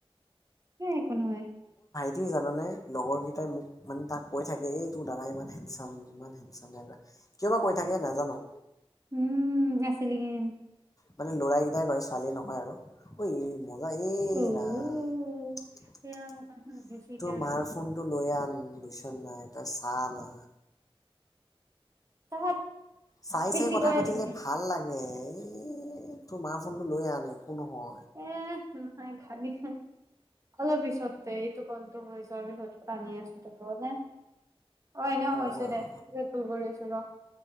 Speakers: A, on the right; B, on the left.
A: হে একো নহয়৷
B: কি জানানে লগৰকেইটাই মোক মানে তাক কৈ থাকে এই তোৰ দাদা ইমান হেণ্ডচাম ইমান হেণ্ডচাম, কিয় বা কৈ থাকে নাজানো৷
A: উম, আছিলিগে।
B: মানে ল'ৰাইকেইটাই কয় ছোৱালীয়ে নকয় আৰু ঐ এই মোৰ দা এ
A: উম।
B: ৰা
A: এয়া মোক কালি গৈছে এতিয়া
B: তোৰ মাৰ
A: ৰ
B: ফোনটো লৈ আন উ বুইছ নাই তই চা না।
A: তাত
B: চাই-চাই
A: বেছি
B: কথা
A: কৈ
B: পাতিলে
A: আছে কিন্তু
B: ভাল লাগে৷ এ তোৰ মাৰ ফোনটো লৈ আন নাই একো নহয়৷
A: এ খালী-খালী, অলপ পিছত দে এইটো কলটো হৈ যোৱা পিছত আনি আছো তে হব নে? অ' এনেও হৈছে
B: অ অ
A: দে৷ পিছত ফোন কৰি আছো ৰহ৷